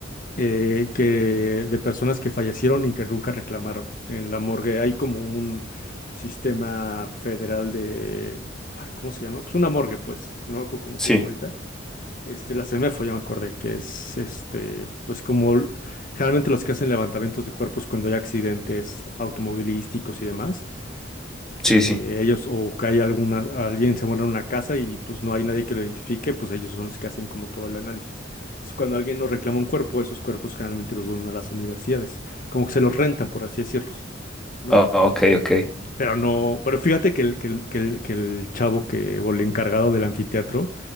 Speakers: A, on the left; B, in the centre.
A: eh, que de personas que fallecieron y que nunca reclamaron. En la morgue hay como un sistema federal de, ay, ¿cómo se llama? Pues una morgue, pues. No me acuerdo cómo
B: Sí,
A: se llama ahorita este, la CEMEFO, ya me acordé, que es este, pues como l- generalmente los que hacen levantamientos de cuerpos cuando hay accidentes automovilísticos y demás,
B: sí,
A: eh,
B: sí.
A: ellos o que hay alguna, alguien se muere en una casa y pues no hay nadie que lo identifique, pues ellos son los que hacen como todo el análisis. Entonces, cuando alguien nos reclama un cuerpo, esos cuerpos generalmente los donan a las universidades, como que se los rentan, por así decirlos, ¿no?
B: Ah, ok, ok.
A: Pero no, pero fíjate que el, que el, que el, que el chavo que, o el encargado del anfiteatro,